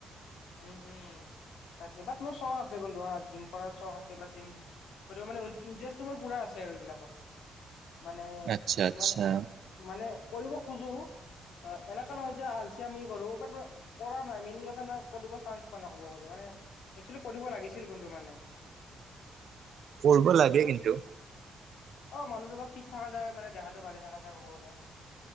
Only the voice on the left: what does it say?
উম, উম, তাকে বাত মোৰ চখ আছে, <unintelligible> কিন্তু হা জিম কৰাৰ চখ আছে বা জিম মানে ইন্টাৰেষ্ট পুৰা আছে আৰু এইবিলাকৰ মানে,
মানে মানে কৰিব খোজো অ', এনেকা নহয় যে আল চিয়ামি কৰোঁ, বাত কৰা নাই <unintelligible> কৰিব চান্স পোৱা নাই ক'ব গ'লে মানে একচোৱেলি কৰিব লাগিছিল কিন্তু মানে। <inaudible>
অ', মানুহটো অলপ ফিট থাকা যায়, মানে দেহাটো ভালে থাকা যায় ক'ব গ'লে।